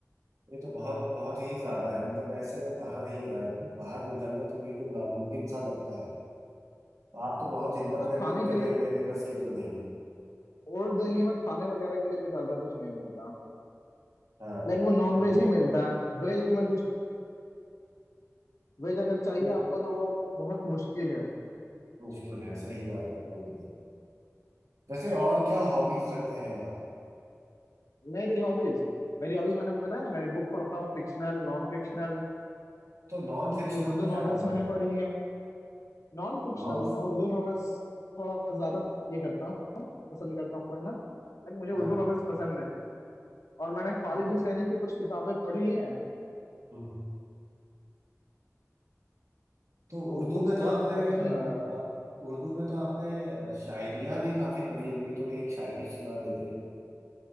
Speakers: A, on the right; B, on the left.
A: ये तो बहुत बहुत ही ज्यादा है
B: हम्म।
A: मतलब ऐसे में कहाँ ही यार बाहर निकलना तो बिल्कुल नामुमकिन सा लगता है आप तो बहुत हिम्मत
B: मतलब
A: करके
B: खाने
A: निकल
B: के लिए
A: गए मेरे बस की तो नहीं है।
B: ओल्ड दिल्ली में खाने वगैरह के लिए भी ज्यादा कुछ नहीं मिलता
A: हाँ
B: लाइक वो नॉन
A: बिल्कुल
B: वेज ही मिलता है वेज में कुछ वेज अगर चाहिए
A: बिल्कुल
B: आपको तो वो बहुत मुश्किल है
A: मुश्किल है सही बात है बोलो तो वैसे और क्या हॉबीज रखते हैं आप
B: मेरी हॉबीज मेरी हॉबीज मैंने बताया ना मैं बुक पढ़ता हूँ fictional non fictional
A: तो नॉन फिक्शनल
B: Urdu
A: में क्या
B: novels
A: पढ़ते
B: मैंने
A: हैं
B: पढ़ी हैं नॉन फिक्शनल
A: नॉन
B: में मैं उर्दू नॉवेल्स थोड़ा ज्यादा ये करता हूँ पसंद करता हूँ पढ़ना लाइक मुझे
A: हाँ
B: उर्दू
A: हाँ
B: नॉवेल्स पसंद है और मैंने खालिद
A: तो
B: हुसैनी की कुछ किताबें पढ़ी हैं
A: हम्म, तो
B: वो
A: उर्दू
B: बुक्स
A: में तो
B: बहुत
A: आपने अ,
B: अच्छी
A: हम्म।
B: हैं
A: अ, उर्दू में तो आपने शायरियां भी काफी पढ़ी होंगी तो एक शायरी सुना देते